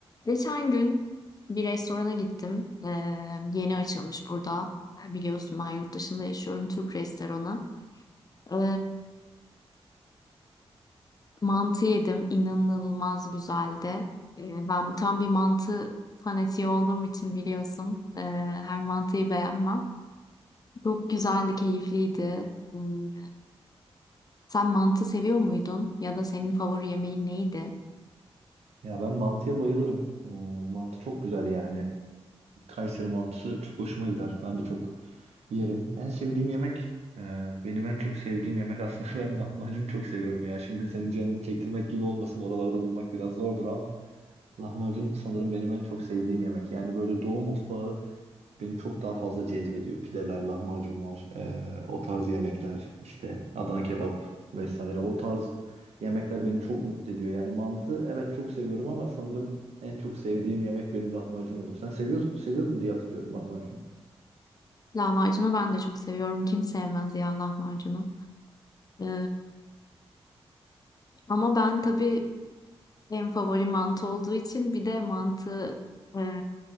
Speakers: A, on the left; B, on the right.
A: Geçen gün bir restorana gittim. Ee, yeni açılmış burada. Ee, Biliyorsun ben yurt dışında yaşıyorum. Türk restoranı. Ee, mantı yedim. İnanılmaz güzeldi. Ee, ben tam bir mantı fanatiği olduğum için biliyorsun. Ee, her mantıyı beğenmem. Çok güzeldi, keyifliydi. Hmm, Sen mantı seviyor muydun? Ya da senin favori yemeğin neydi?
B: Ya ben mantıya bayılırım. Ee, mantı çok güzel yani. Kayseri mantısı çok hoşuma gider. Ben de çok yerim. En sevdiğim yemek, e, benim en çok sevdiğim yemek aslında <laughs> ben lahmacun çok seviyorum ya. Şimdi senin canını çektirmek gibi olmasın. Oralarda bulmak biraz zordur ama lahmacun sanırım benim en çok sevdiğim yemek. Yani böyle Doğu mutfağı Beni çok daha fazla cezbediyor. Pideler, lahmacunlar, eee, o tarz yemekler, işte Adana kebap vesaire. O tarz yemekler beni çok mutlu ediyor. Yani mantı evet çok seviyorum ama sanırım en çok sevdiğim yemek benim lahmacun olur. Sen seviyorsun, seviyordun diye hatırlıyorum lahmacunu.
A: Lahmacunu ben de çok seviyorum. Kim sevmez ya lahmacunu? Ee, ama ben tabii En favori mantı olduğu için bir de mantı e,